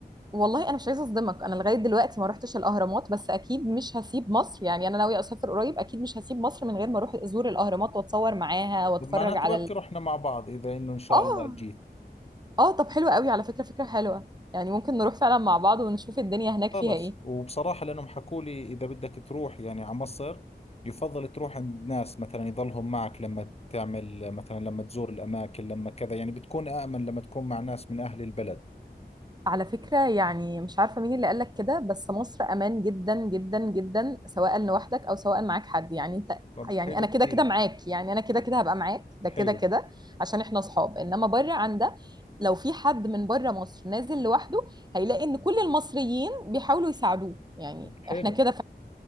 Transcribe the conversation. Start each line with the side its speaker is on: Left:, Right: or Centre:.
Right: والله انا مش عايزه اصدمك انا لغايه دلوقتي ما روحتش الاهرامات بس اكيد مش هسيب مصر يعني انا ناويه اسافر قريب اكيد مش هسيب مصر من غير ما اروح ازور الاهرامات واتصور معاها واتفرج
Left: طب معناته
Right: على
Left: بركي
Right: ال...
Left: رحنا مع بعض إذا إنه إن شاء
Right: اه
Left: الله جيت
Right: اه طب حلو قوي على فكرة فكرة حلوة يعني ممكن نروح فعلا مع بعض ونشوف الدنيا هناك
Left: خلص
Right: فيها ايه
Left: وبصراحة لأنهم حكوا لي إذا بدك تروح يعني على مصر يفضل تروح عند ناس مثلا يظلهم معك لما تعمل مثلا لما تزور الأماكن لما كذا يعني بتكون آمن لما تكون مع ناس من أهل البلد
Right: على فكرة يعني مش عارفة مين اللي قالك كده بس مصر امان جدا جدا جدا سواء لوحدك او سواء معاك حد يعني انت
Left: طب
Right: يعني
Left: حلو
Right: انا كده
Left: كثير
Right: كده معاك يعني انا كده كده هبقى معاك ده
Left: حلو
Right: كده كده عشان احنا اصحاب انما بره عن ده لو في حد من بره مصر نازل لوحده هيلاقي ان كل المصريين بيحاولوا يساعدوه يعني
Left: طب حلو
Right: احنا كده